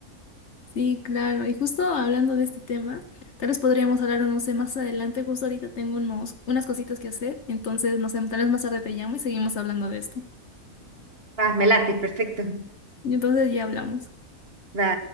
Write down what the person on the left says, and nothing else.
Sí, claro, y justo hablando de este tema, tal vez podríamos hablar, no sé, más adelante, justo ahorita tengo unos, unas cositas que hacer, entonces, no sé, tal vez más tarde te llamo y seguimos hablando de esto.
Y entonces ya hablamos.